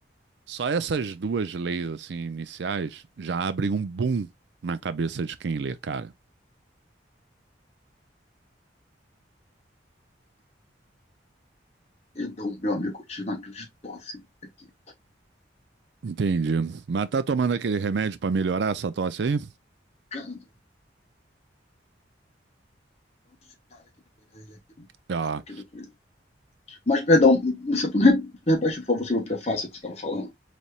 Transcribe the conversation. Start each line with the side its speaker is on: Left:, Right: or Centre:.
Right: Só essas duas leis assim iniciais já abrem um boom na cabeça de quem lê, cara.
Left: Perdão, meu amigo, eu tive uma crise de tosse aqui.
Right: Entendi. Mas tá tomando aquele remédio para melhorar essa tosse aí?
Left: Arrancando, esse cara aqui, pegar ele aqui,
Right: Ah,
Left: perto aqui do coelho. Mas, perdão, você não re- repete, por favor, sobre o prefácio que você estava falando?